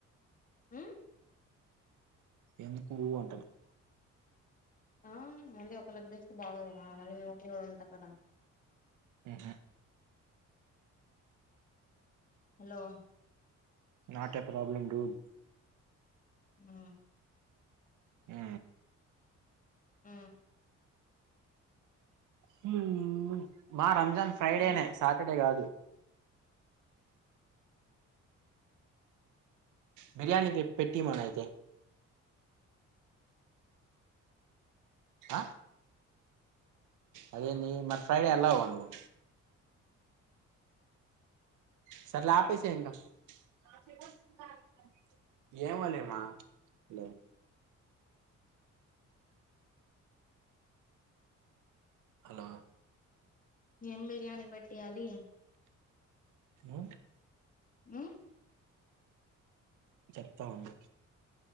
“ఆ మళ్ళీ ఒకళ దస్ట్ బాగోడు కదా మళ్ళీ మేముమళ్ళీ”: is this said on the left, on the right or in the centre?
Left